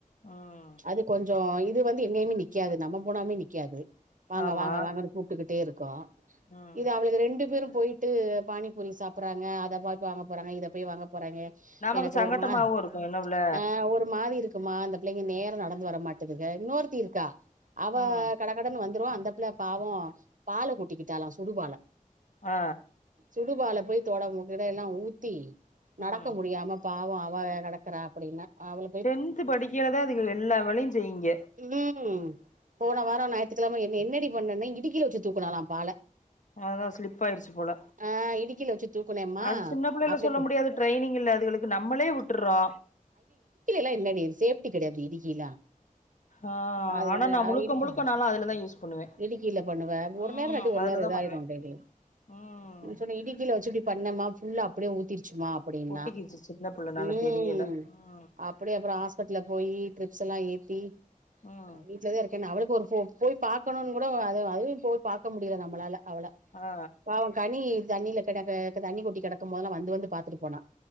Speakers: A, on the left (about 65°); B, on the right (about 70°).
A: ம்
B: அது கொஞ்சோஇப் இது வந்து எங்கயுமே நிக்காது நம்ம போனாமே நிக்காது வாங்க
A: ஆமா
B: வாங்க வாங்கன்னு கூப்டுக்கிட்டே இருக் கா
A: ம்
B: இது அவளுக ரெண்டு பேரு போயிட்டு பானிபூரி சாப்பறாங்க அத பாக் வாங்க போறாங்க இத போய் வாங்க போறாங்க
A: நமக்கு
B: எனக்கு
A: சங்கட்டமாவு
B: ஒரு மா
A: இருக்கு என்னவுல
B: அ ஒரு மாரி இருக்கு க்குமா அந்த பிள்ளைங்க நேர நடந்து வர மாட்டுதுங்க இன்னொருத்தி இருக்கா அவ
A: ம்
B: கடகடன் வந் ந்துருவோ அந்த பிள்ள பாவோ பால கொட்டிக்கிட்டாலா சுடுபால
A: ஆ
B: சுடுபல போய் தொட முகிட எல்லா ஊத்தி நடக்க
A: ம்
B: முடியாம்ம பா அவ அவகடக்கற அப்பிடின்னா அவளுக்
A: டென்த் படிக்கிலதா அதுக எல்லா வேலையு செய்யுங்க
B: ம் போன வாரோ ஞாயித்துக்கிழம என்ன என்னடி பண்ணன இடிக்கில வச்சி தூக்குனலா பால
A: அதா ஸ்லிப் ஆயிடிச்சி போல
B: ஆ இடுக்கில வச்சு தூக்குனேம்மா
A: அது சின்ன பிள்ளைல
B: அப்டி
A: சொல்ல முடியாது ட்ரெய்னிங் இல்ல அதுகளுக்கு நம்மளே விட்டறோ
B: எ இல்லடி ஃசேப்டி கெடையாது இடிக்கிலா
A: ஆ
B: அத
A: ஆனா நா முழுக்க
B: இடுக்கி
A: முழுக்க நாலா அதுலதா யூஸ் பண்ணுவே
B: இடுக்கில பண்ணுவ ஒரு
A: ம்
B: நேரோ இல்லாட்டி ஒரு
A: அதுலதா
B: நேரோ இத
A: பண்ணுவே
B: ஆயிருடேடி
A: ம்
B: இன் சொன்ன இடிக்கில வச்சி பண்ணமா ஃபுல்லா அப்பிடியே ஊத்திரு சும்மா அப்பிடின்னா
A: ஒட்டிக்கிச்சு சின்ன பிள்ளனால
B: ம்
A: தெரியல ம்
B: அப்பிடியே அப்புறோ ஹாஸ்பிடல்ல போய் ட்ரிப்ஸ் எல்லா ஏத்தி
A: ம்
B: வீட்டுலத இருக்கேன் அவளுக்கு ஒரு ஃபோ போய் பாக்கணுன் கூட அத அதுவியு போய் பாக்க முடியல நம்மளால அவள
A: ஆ
B: பாவோ கனி தண்ணிலகிடக தண்ணி கொட்டி கெடக்கு போல்லா வந்து வந்து பாத்துட்டு போனா